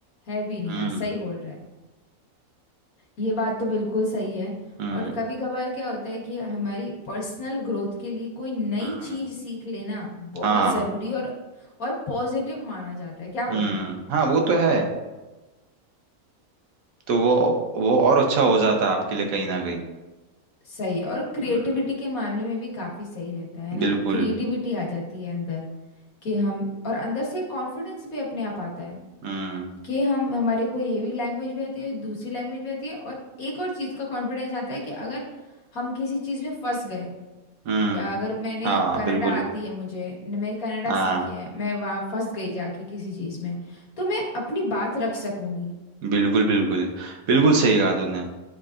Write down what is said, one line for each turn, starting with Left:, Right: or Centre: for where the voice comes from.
Left: है भी नहीं
Right: हम्म
Left: हाँ सही बोल रहा है ये बात तो बिल्कुल सही है
Right: हम्म
Left: और कभी कभार क्या होता है कि हमारी पर्सनल ग्रोथ के लिए कोई नई
Right: हम्म
Left: चीज़ सीख लेना बहुत
Right: हाँ
Left: ज़रूरी और और पॉजिटिव माना जाता है क्या बोलते
Right: हम्म
Left: हैं
Right: हाँ वो तो है तो वो वो और अच्छा हो जाता आपके लिए कहीं ना कहीं
Left: सही है। और क्रिएटिविटी
Right: हम्म,
Left: के मामले में भी काफ़ी सही रहता है ना
Right: बिल्कुल
Left: क्रिएटिविटी आ जाती है अंदर कि हम और अंदर से कॉन्फिडेंस भी अपने आप आता है
Right: हम्म
Left: कि हम हमारे को ये भी लैंग्वेज भी आती है दूसरी लैंग्वेज भी आती है और एक और चीज़ का कॉन्फिडेंस आता है कि अगर हम किसी चीज़ में फंस गए
Right: हम्म
Left: या अगर मैंने
Right: हाँ
Left: कनाडा
Right: बिल्कुल
Left: आती है मुझे न- मैं कनाडा
Right: हाँ
Left: सीखी है मैं वहाँ फंस गई जाके किसी चीज़ में तो मैं अपनी बात रख सकूँगी
Right: बिल्कुल बिल्कुल बिल्कुल सही कहा तूने